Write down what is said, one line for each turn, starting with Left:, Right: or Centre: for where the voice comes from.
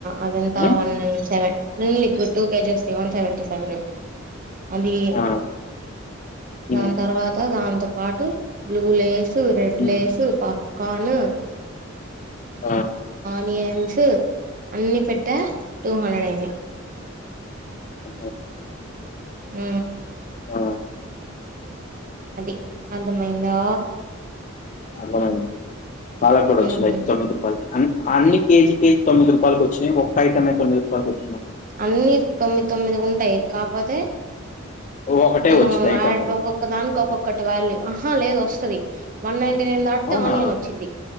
Right: అదంతా
Left: um
Right: one seven Vim liquid two kgs one seventy seven, అది
Left: ఆ
Right: దాని
Left: ఉమ్
Right: తర్వాత దాంతో two blue Lay's, red
Left: um
Right: Lay's, popcorn,
Left: ఆ
Right: వియన్స్ అన్ని పెట్టా, టూ హండ్రెడ్ అయినాయి.
Left: అ
Right: ఉ
Left: ఆ
Right: అది అర్థమైందా
Left: అర్థమైంది పాలకూర
Right: ఉమ్
Left: వచ్చిందా అయితే తొమ్మిది రూపల్కి అన్ని కేజీకి తొమ్మి రపాయలు వచ్చినాయా ఒక ఐటమే తొమ్మిది రూపాయలు వచ్చా,
Right: అన్ని తొమ్మిది తొమ్మిది ఉంటాయి. కాకపోతే
Left: ఒకటే
Right: మనం
Left: వచ్చింది ఐటము.
Right: అడ్ ఒక్కొక్క దానికి ఒక్కొక్కటి వాల్యూ ఆహా లేదు వస్తాది, వన్ నైన్ టు నైన్ దాటితే
Left: అవునా!
Right: ఆనియన్ వచ్చిది,